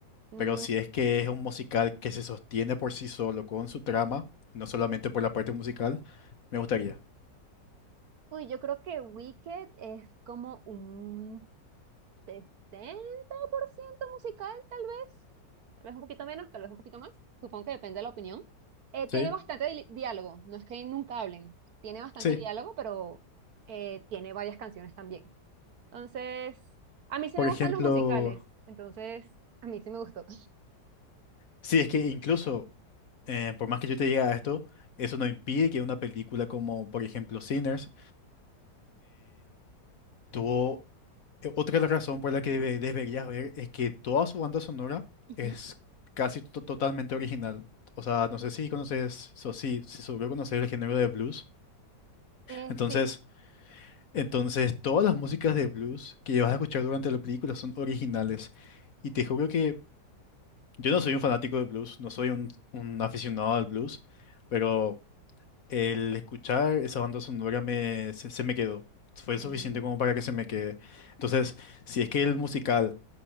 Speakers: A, on the right; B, on the left.
A: Mm,
B: Pero si es que es un musical que se sostiene por sí solo con su trama, no solamente por la parte musical, me gustaría.
A: Uy, yo creo que Wicked es como un sesenta por ciento musical, tal vez? Tal vez un poquito menos, tal vez un poquito más. Supongo que depende de la opinión. Eh,
B: Sí,
A: tiene bastante di- diálogo, no es que nunca hablen. Tiene bastante
B: sí.
A: diálogo, pero eh, tiene varias canciones también. Entonces, a mí sí
B: Por
A: me
B: ejemplo,
A: gustan los musicales. Entonces, a mí sí me gustó.
B: sí, es que incluso, eh, por más que yo te diga esto, eso no impide que una película como, por ejemplo, Sinners, Todo, eh, otra razón por la que debe- deberías ver es que toda su banda sonora
A: Ujú.
B: es casi to- totalmente original. O sea, no sé si conoces, so, sí, si seguro conocer el género de blues.
A: Eh,
B: Entonces,
A: sí.
B: entonces, todas las músicas de blues que vas a escuchar durante la película son originales. Y te juro que yo no soy un fanático de blues, no soy un, un aficionado al blues, pero... El escuchar esa banda sonora me, se, se me quedó. Fue suficiente
A: Mm,
B: como para que se me quede. Entonces, si es que el musical